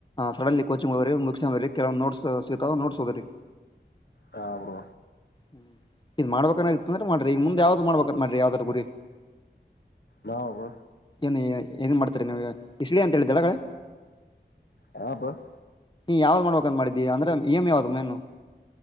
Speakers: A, on the left; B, on the left.
A: ಸಡನ್ಲಿ ಕೋಚಿಂಗ್ ಹೋಗ್ರ ಮು್ರ ಕೆಲ ನೋಟ್ಸ್ ಚ ತಾವು್ ನೋಡ್ಸೋದ್ರರಿ.
B: ನಾವು
A: ಹ್ಮ್ ಇದ್ ಮಾಡ್ಬೇಕನ ಇತ್ತಂದ್ರ ಮಾಡ್ರಿ ಈಗ ಮುಂದೆ ಯಾವ್ದ್ ಮಾಡ್ಬತ್ ಮಾಡ್ರಿ ಯಾವ್ದ್ರ ಗುರಿ
B: ನಾವು
A: ನೀ ಏನ್ ಮಾಡ್ತಾರೆ ನೀ ಇಸ್ಲಿ ಅಂತ ಹೇಳಿದ್ದಳಗಡೆ
B: ಹಬ <unintelligible>
A: ಯಾವ್ ಮಾಡ್ಬೇಕಂದ ಮಾಡಿದ್ದಿ ಅಂದ್ರೆ ಈಾಮ ಆದು ಮೆನನು